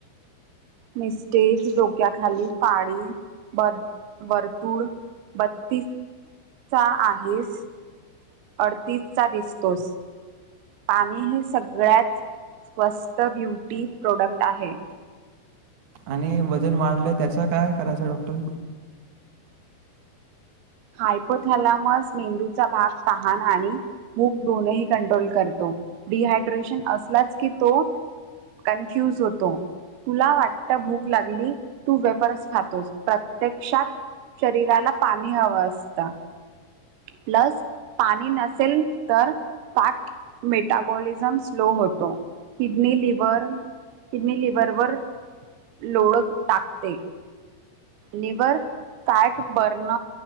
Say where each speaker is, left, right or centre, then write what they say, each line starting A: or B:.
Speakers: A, on the right; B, on the right.
A: मिस्टेज डोक्याखाली पाळी वर वर्तूळ बत्तीस चा आहेस. अडतीस चा दिसतोस. पाणी हे सगळ्यात स्वस्त ब्युटी प्रोडक्ट आहे.
B: आणि वजन वाढलं त्याच काय करायचं डॉक्टर?
A: हायपोथलामस मेंदूचा भाग तहान आणि भूक दोनही कंट्रोल करतो. डिहायड्रेशन असलाच की तो कन्फ्युज होतो. तुला वाटत भूक लागली तू वेफर्स खातोस प्रत्यक्षात शरीराला पाणी ह वाचता. प्लस पाणी नसेल तर फॅट मेटाबॉलिझम स्लो होतो. किडनी लिव्हर किडनी लिव्हरवर लोळ टाकते. Liver fat burn